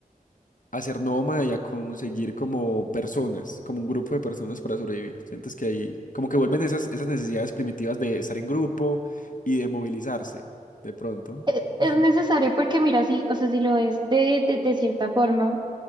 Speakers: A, on the left (about 60°); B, on the right (about 30°).
A: hacer nómada y a conseguir como personas, como un grupo de personas para sobrevivir. Sientes que ahí, como que vuelven esas, esas necesidades primitivas de estar en grupo y de movilizarse, de pronto.
B: E- Es
A: Ajá.
B: necesario porque mira, sí o sea, si lo es de, de, de cierta forma,